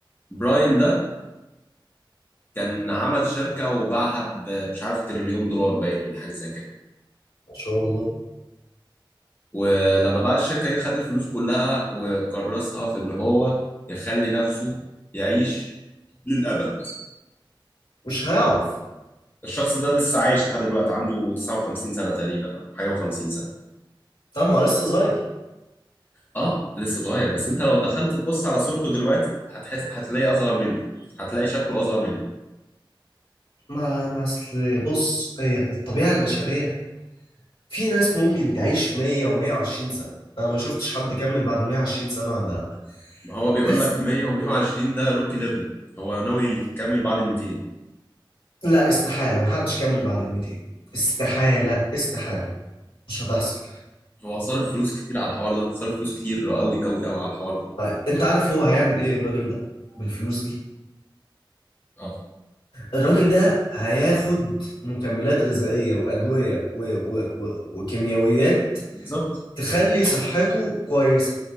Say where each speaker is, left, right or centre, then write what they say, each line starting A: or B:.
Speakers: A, on the left; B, on the left.
A: براين ده كان عمل شركة وباعها ب- مش عارف تريليون دولار باين ولا حاجة زي كده
B: ما شاء الله
A: ولما باع الشركة دي خد الفلوس كلها وكرسها في إن هو يخلي نفسه يعيش للأبد
B: مش هيعرف
A: الشخص ده لسه عايش لحد دلوقتي عنده 59 سنة تقريبا أو حاجة و50 سنة
B: طبعا لسه صغير
A: اه لسه صغير بس انت لو دخلت تبص على صورته دلوقتي هتحس هتلاقي اصغر مني هتلاقي شكله اصغر مني
B: ما ما اصل بص هي الطبيعة البشرية في ناس ممكن تعيش 100 و120 سنة انا ما شفتش حد كمل بعد 120 سنة ولا لا
A: ما هو بيقول
B: بس
A: لك 100 و120 ده روكي ليفل هو ناوي يكمل بعد ال 200
B: لا استحالة محدش كمل بعد ال 200 استحالة استحالة مش هتحصل
A: هو هصرف فلوس كتير على الحوار ده هصرف فلوس كتير قوي قوي قوي على الحوار ده
B: طيب انت عارف هو هيعمل ايه الراجل ده بالفلوس دي
A: اه
B: الراجل ده هياخد مكملات غذائية وأدوية و... و... و... وكيميائيات
A: بالظبط
B: تخلي صحته كويسه